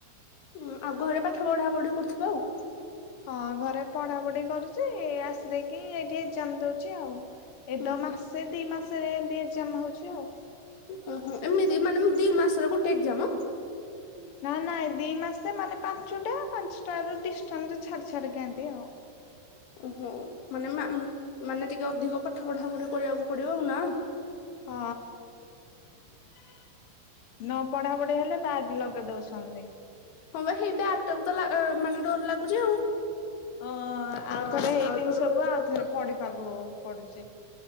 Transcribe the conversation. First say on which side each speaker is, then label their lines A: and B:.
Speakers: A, on the left; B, on the left.
A: ଉଁ ଆଉ ଘରେ ପାଠ ବଢା ବଢି କରୁଥିବ ଆଉ।
B: ହଁ ଘରେ ପଢାପଢି କରୁଛି ଆସି ଦେଇକି ଏଇଠି ଏକ୍ଜାମ ଦଉଛି ଆଉ। ଏଦ
A: ହୁଁ ହୁଁ
B: ମାସେ ଦି ମାସରେ ଏମତି ଜମା ହଉଛି। ଆଛି।
A: ହୁ ହୁ ଏମିତି ମାନେ ଦି ମାସର ଗୋଟେ ଏକ୍ଜାମ ହ।
B: ନା ନାଇ ଦି ମାସେ ମାନେ ପାଞ୍ଚଟା ପାଞ୍ଚଟ ର ଡିାନ୍ସ ଛାଡି ଛାଡି କିଏ ମିତି ଆଉ।
A: ଓହୋ ମାନେ ମାନେ ଟିକେ ଅଧିକ ପାଠ ପଢା ପଢି କରିବାକୁ ପଡିବ ଆଉ ନା।
B: ହଁ ନ ପଢାପଢି ହେଲେ ବା ଲଗ କଦ ସୌଛନ୍ଦି।
A: ହଁ ବା ସେଇ ବ୍ୟାଗ ଟାକୁ ତ ମାନେ ଡର ଲାଗୁଛି ଆଉ।
B: ଓ
A: ହଁ
B: ଆଉ ଥରେ ହେଇଦିନି
A: ଆଉ ଥରେ
B: ସବୁ
A: ହେଇଯିବ।
B: ଆଉ ଥରେ ପଢିପକୁ ପଡଛି।